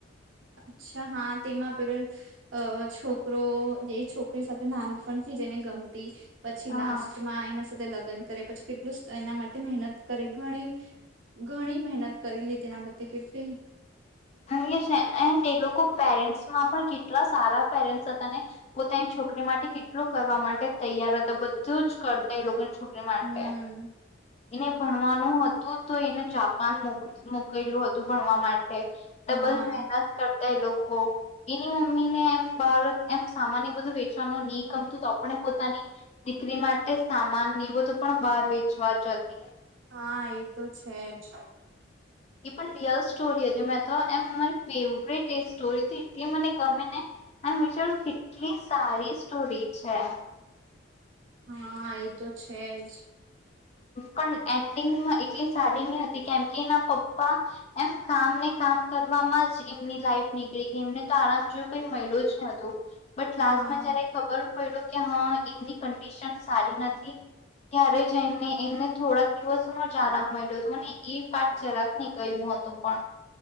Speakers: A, on the right; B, on the left.
A: અચ્છા, હા, તેમાં પેલો અ છોકરો જે છોકરી સાથે નાનપણથી જ એને ગમતી પછી
B: હા
A: લાસ્ટમાં એના તે લગ્ન કરે પછી કેટલું એના માટે મહેનત કરી ઘણી, ઘણી મહેનત કરી લીધી એના બ કેટલી
B: <unintelligible> એન્ડ એ લોકો પેરેન્ટ્સમાં પણ કેટલા સારા પેરેન્ટ્સ હતા ને પોતાની છોકરી માટે કેટલો કરવા માટે તૈયાર હતા બધું જ કરતા એ લોકો છોકરી માટે,
A: હમ
B: એને ભણવા નહતું તો એને જાપાન મો મોકલું હતું ભણવા માટે ડબલ
A: હા
B: મહેનત કર એ લોકો એની મમ્મી ને એમ બાર એમ સામાન એ બધું વેચવાનું ની ગમતું તો આપણે પોતાની દીકરી માટે સામાન એ બધું પણ બહાર વેચવા જતી.
A: હા એ તો છે જ.
B: એ પણ રિયલ સ્ટોરી હતી મેં તો એમ મારી ફેવરેટ એ સ્ટોરી એટલી મને ગમે ને એમ વિચારું કેટલી સારી સ્ટોરી છે.
A: હા એ તો છે જ.
B: પણ એન્ડિંગમાં એટલી સારી ની હતી કેમ કે એના પપ્પા એમ કામને કામ કરવામાં જ એમની લાઈફ નીકળી ગઈ એમને તો આરામ જેવું કઈ મળ્યું જ ન હતું. બટ
A: હા
B: લાસ્ટમાં જયારે ખબર પયડુ કે હા એમની કંડિશન સારી નથી ત્યારે જઈને એમને થોડાક દિવસોનો જ આરામ મળ્યો હતો મને એ વાત જરાક નહીં ગયમો હતો પણ.